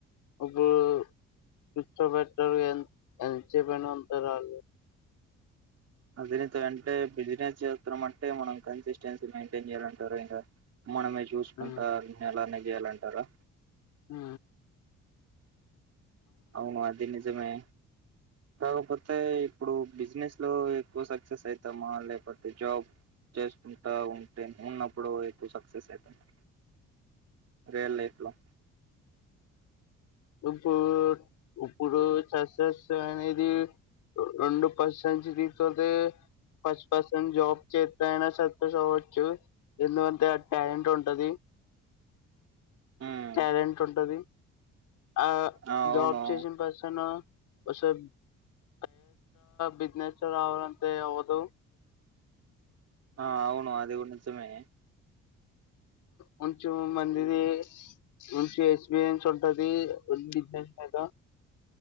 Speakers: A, on the left (about 85°); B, on the right (about 55°).
A: అప్పుడు కూర్చో పెట్టాలీ ఎ ఎంత చెప్పు అయినా ఉంటారు వాళ్ళు
B: <unintelligible> అంటే బిజినెస్ చేస్తున్నాం అంటే మనం కన్సిస్టెన్సీ మెయింటైన్ చేయాలంటారు ఇంకా మనమే చూసుకుంటారు
A: ఆ
B: ఎలానే చేయాలంటారా
A: ఉ
B: అవును అది నిజమే కాకపోతే ఇప్పుడు బిజినెస్ లో ఎక్కువ సక్సెస్ అయితామా లేకపోతే జాబ్ చేసుకుంటా ఉంటే ఉన్నప్పుడు ఎక్కువ సక్సెస్ అయితామా రియల్ లైఫ్ లో
A: ఇప్పుడు ఇప్పుడు సక్సెస్ అనేది రెండు పర్సంస్ తీతే ఫస్ట్ పర్సెంట్ జాబ్ చేస్త అయినా సక్సెస్ అవ్వచ్చు ఎందుకంటే టాలెంట్ ఉంటది
B: ఉమ్
A: టాలెంట్ ఉంటది ఆ
B: ఆ అవును
A: జాబ్ చేసిన పర్సన్ <unintelligible> బిజినెస్ రావాలంటే అవదు
B: ఆ అవును అది కూడా నిజమే
A: కొంచెం మందిది మంచి ఎక్స్పీరియన్స్ ఉంటది బిజినెస్ మీద